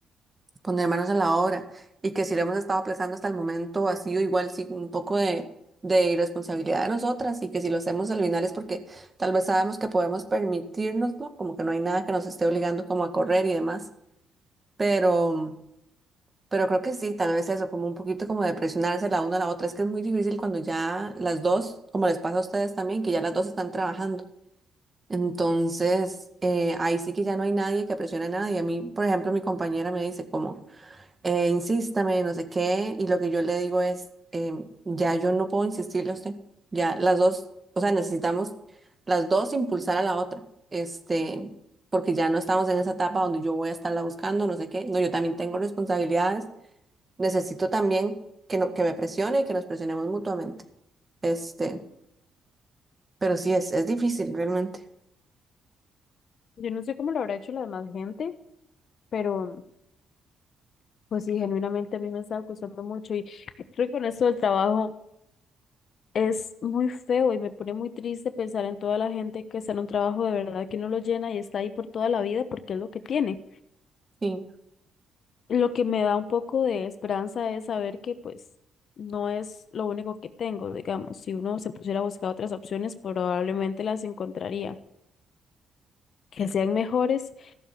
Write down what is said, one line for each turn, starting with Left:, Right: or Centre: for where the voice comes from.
Right: poner manos a la obra y que si lo hemos estado aplazando hasta el momento ha sido igual sí un poco de, de irresponsabilidad de nosotras y que si lo hacemos al final es porque tal vez sabemos que podemos permitirnoslo, como que no hay nada que nos esté obligando como a correr y demás, pero mm, Pero creo que sí, tal vez eso, como un poquito como de presionarse la una a la otra. Es que es muy difícil cuando ya las dos, como les pasa a ustedes también, que ya las dos están trabajando. Entonces, eh, ahí sí que ya no hay nadie que presione a nadie. A mí, por ejemplo, mi compañera me dice como, eh, insístame, no sé qué, y lo que yo le digo es, em, ya yo no puedo insistirle a usted. Ya las dos, o sea, necesitamos las dos impulsar a la otra. Este, porque ya no estamos en esa etapa donde yo voy a estarla buscando, no sé qué. No, yo también tengo responsabilidades necesito también que, no, que me presione y que nos presionemos mutuamente. Este, pero sí es, es difícil realmente.
Left: Yo no sé cómo lo habrá hecho la demás gente, pero pues sí, genuinamente a mí me está costando mucho y creo que con esto del trabajo. Es muy feo y me pone muy triste pensar en toda la gente que está en un trabajo de verdad que no lo llena y está ahí por toda la vida porque es lo que tiene.
Right: Sí.
Left: Lo que me da un poco de esperanza es saber que pues no es lo único que tengo, digamos. Si uno se pusiera a buscar otras opciones, probablemente las encontraría. Que sean mejores,